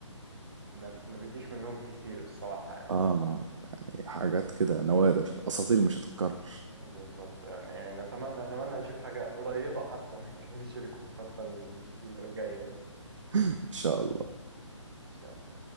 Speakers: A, on the right; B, on the right.
A: ما ما بيجيش منهم كتير الصراحة يعني
B: اه حاجات كده نوادر اساطير مش هتتكرر
A: بالظبط يعني نتمنى نتمنى نشوف حاجة قريبة حتى من كده جيركو في الفترة اللي جاية
B: ان شاء الله
A: إن شاء الله